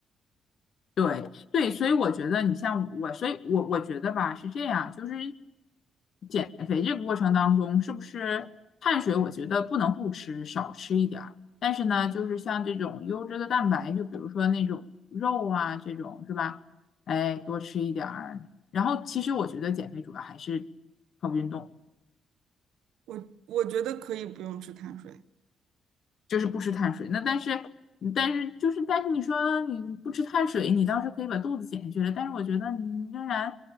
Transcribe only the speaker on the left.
对对，所以我觉得你像我，所以我我觉得吧是这样，就是减肥这个过程当中，是不是碳水？我觉得不能不吃，少吃一点儿。但是呢，就是像这种优质的蛋白，就比如说那种肉啊，这种是吧？哎，多吃一点儿。然后其实我觉得减肥主要还是靠运动。
就是不吃碳水。那但是，嗯但是就是，但是你说你不吃碳水，你倒是可以把肚子减下去了。但是我觉得你仍然